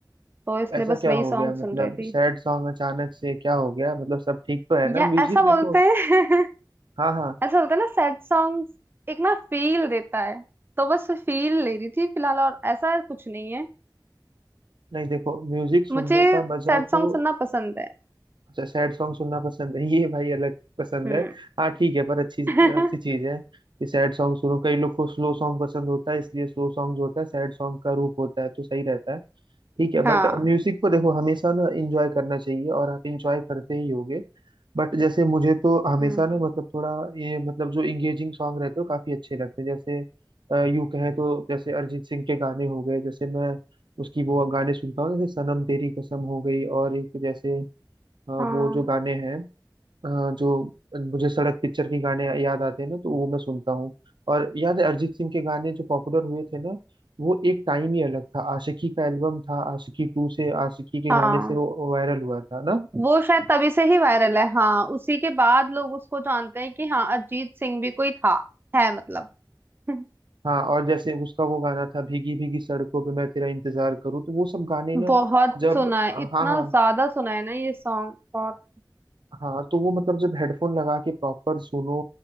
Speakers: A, on the right; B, on the right.
A: तो इसलिए
B: तो ऐसा
A: बस
B: क्या
A: वही
B: हो
A: सॉन्ग
B: गया मतलब
A: सुन रही थी
B: सैड सॉन्ग अचानक से क्या हो गया मतलब सब ठीक तो है ना
A: या
B: म्यूजिक
A: ऐसा बोलते
B: देखो
A: हैं <laughs>
B: हाँ हाँ
A: ऐसा बोलते हैं ना सैड सॉन्ग एक ना फील देता है तो बस फील ले रही थी फिलहाल और ऐसा कुछ नहीं है
B: नहीं देखो म्यूजिक सुनने
A: मुझे
B: का मजा
A: सैड
B: तो
A: सॉन्ग सुनना पसंद है
B: सैड सॉन्ग सुनना पसंद है <laughs> ये भाई अलग पसंद
A: हम्म
B: है हाँ ठीक है पर अच्छी
A: <laughs>
B: अच्छी चीज है कि सैड सॉन्ग सुनो कई लोग को स्लो सॉन्ग पसंद होता है इसलिए स्लो सॉन्ग जो होता है सैड सॉन्ग का रूप होता है तो सही रहता है ठीक है
A: हाँ
B: बट म्यूजिक को देखो हमेशा ना इंजॉय करना चाहिए और आप इंजॉय करते ही होगे बट जैसे मुझे तो हमेशा
A: हम्म
B: ना मतलब थोड़ा ये मतलब जो इंगेजिंग सॉन्ग रहते हो काफी अच्छे लगते हैं जैसे अ, यूं कहे तो जैसे अरिजीत सिंह के गाने हो गए जैसे मैं उसकी वो गाने सुनता हूँ जैसे सनम तेरी कसम हो गई और एक जैसे अ, वो
A: हाँ
B: जो गाने हैं अ, जो मुझे सड़क पिक्चर के गाने याद आते हैं ना तो वो मैं सुनता हूँ और याद है अरिजीत सिंह के गाने जो पॉपुलर हुए थे ना वो एक टाइम ही अलग था आशिकी का एल्बम था आशिकी टू से आशिकी के
A: हाँ
B: गाने से वो वायरल हुआ था ना
A: वो शायद तभी से ही वायरल है हाँ उसी के बाद लोग उसको जानते हैं कि हाँ अरिजीत सिंह भी कोई था है मतलब <laughs>
B: हाँ और जैसे उसका वो गाना था भीगी भीगी सड़कों पे मैं तेरा इंतजार करूँ तो वो सब गाने ना
A: बहुत
B: जब
A: सुना है
B: हाँ
A: इतना
B: हाँ
A: ज्यादा सुना है ना ये सॉन्ग और
B: हाँ तो वो मतलब जब हेडफोन लगा के प्रॉपर सुनो